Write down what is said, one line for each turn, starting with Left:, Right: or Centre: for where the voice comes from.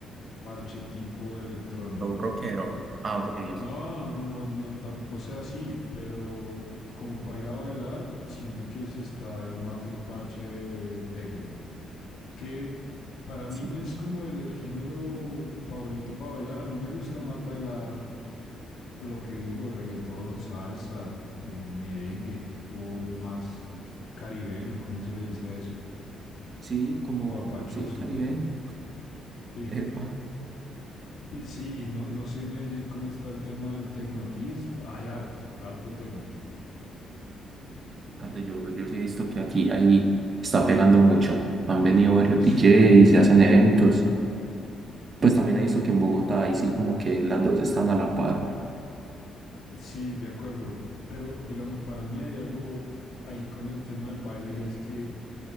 Left: parche tipo electrónica.
Right: Un rockero. Ah, ok, bien.
Left: No, no, no, no, tamp- o sea, sí, pero como para ir a bailar, siento que se está, es más el parche de, de tecno. Que para
Right: Sí,
Left: mí no es como el, el género favorito para bailar. A mí me gusta más bailar Lo que digo, reggaetón, salsa, eh, merengue, tipo más caribeño, ¿cómo se le dice a eso?
Right: sí, como,
Left: Guapachoso,
Right: sí, caribeño.
Left: sí.
Right: Epa,
Left: Pi- Sí, y no, no sé, Meyer, cómo está el tema del tecno. Aquí es- hay harto, harto tecno.
Right: parce, yo, yo sí he visto que aquí ahí está pegando mucho. Han venido varios
Left: Sí,
Right: DJs, se hacen eventos. Pues también he visto que en Bogotá ahí sí como que las dos están a la par.
Left: sí, de acuerdo. Pero digamos, para mí hay algo ahí con el tema del baile y es que